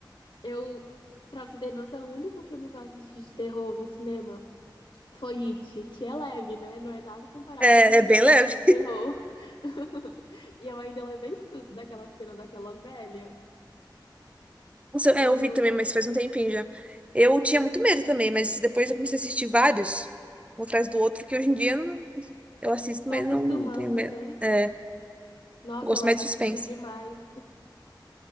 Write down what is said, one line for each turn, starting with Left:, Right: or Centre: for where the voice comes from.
Left: Eu, pra você ter noção, o único filme que eu assisti de terror no cinema foi It, que é leve, né? Não é nada comparado
Right: É,
Left: com
Right: é bem leve.
Left: esse de terror. <laughs> E eu ainda levei susto daquela cena daquela velha.
Right: Nossa, é,
Left: Eu
Right: eu
Left: ainda
Right: vi
Left: lembro
Right: também, mas faz um tempinho já. Eu tinha muito medo também, mas depois eu comecei a assistir vários, um atrás do outro, que hoje em dia eu, não, eu assisto,
Left: Vai
Right: mas
Left: acostumando,
Right: não tenho medo.
Left: né?
Right: É, eu
Left: Nossa,
Right: gosto
Left: eu levo
Right: mais de suspense.
Left: susto demais.